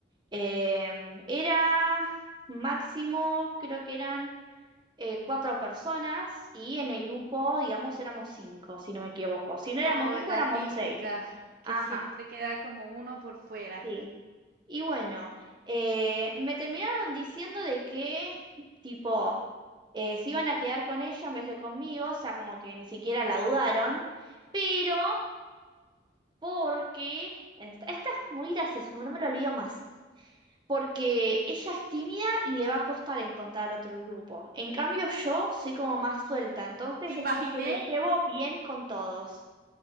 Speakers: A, on the right; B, on the right.
A: Em, era máximo, creo que eran eh, cuatro personas y en el grupo, digamos, éramos cinco, si no me equivoco. Si no
B: Oh,
A: éramos cinco,
B: la
A: éramos
B: típica,
A: seis.
B: que
A: Ajá,
B: siempre queda como uno por fuera.
A: sí. Y bueno, eh, me terminaron diciendo de que, tipo, eh, se iban a quedar con ella en vez de conmigo, o sea, como que ni siquiera la dudaron, pero porque, esta, esta es muy graciosa, como no me lo olvido más, porque ella es tímida y le va a costar encontrar otro grupo. En cambio, yo soy como más suelta, entonces
B: Imaginé
A: es como que me llevo bien con todos.